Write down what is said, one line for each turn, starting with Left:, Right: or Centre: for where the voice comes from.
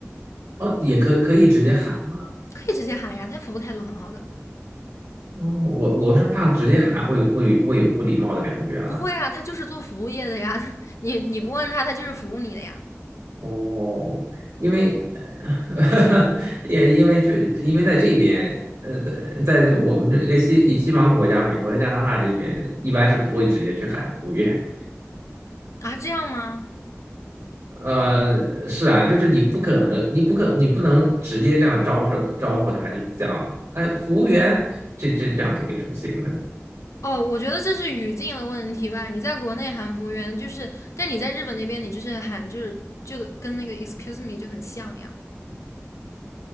Right: 哦，也可可以直接喊嘛。
Left: 可以直接喊呀，他服务态度很好的。
Right: 哦，我我是怕直接喊会会会有不礼貌的感觉了。
Left: 不会啊，他就是做服务业的呀，<laughs> 你你不问他，他就是服务你的呀。
Right: 哦，因为呃 <laughs> 也因为这因为在这边呃，在我们这这西以西方国家，美国的加拿大这边一般是不会直接去喊服务员。
Left: 啊，这样吗？
Right: 呃，是啊，就是你不可能，你不可，你不能直接这样招手招呼他，就讲，哎，服务员，这这这样肯定是不行的。
Left: 哦，我觉得这是语境的问题吧。你在国内喊服务员就是，但你在日本那边，你就是喊就是就跟那个 excuse me 就很像呀。